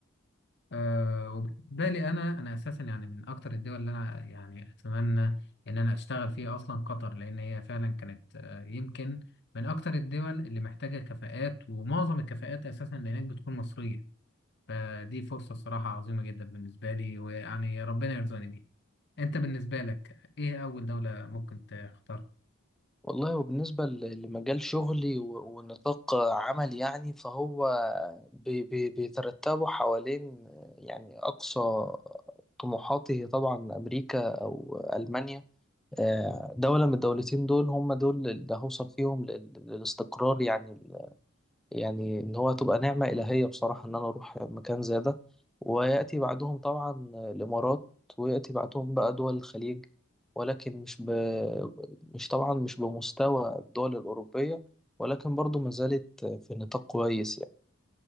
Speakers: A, on the left; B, in the centre.
A: أه وبالنسبة لي انا انا اساسا يعني من اكتر الدول اللي انا يعني اتمنى ان انا اشتغل فيها اصلا قطر لان هي فعلا كانت آه، يمكن من اكتر الدول اللي محتاجة كفاءات ومعظم الكفاءات اساسا اللي هناك بتكون مصرية فدي فرصة الصراحة عظيمة جدا بالنسبة لي ويعني ربنا يرزقني بيها انت بالنسبة لك ايه اول دولة ممكن تختارها؟
B: والله وبالنسبة ل- لمجال شغلي و- ونطاق عمل يعني فهو بي- بي- بيترتبوا حوالين يعني أقصى طموحاتي هي طبعا أمريكا أو ألمانيا آه، دولة من الدولتين دول هم دول اللي هوصل فيهم لل- للاستقرار يعني يعني ان هو تبقى نعمة إلهية بصراحة ان انا اروح مكان زي ده ويأتي بعدهم طبعا الامارات ويأتي بعدهم بقى دول الخليج ولكن مش ب... مش طبعا مش بمستوى الدول الأوروبية ولكن برضو ما زالت في نطاق كويس يعني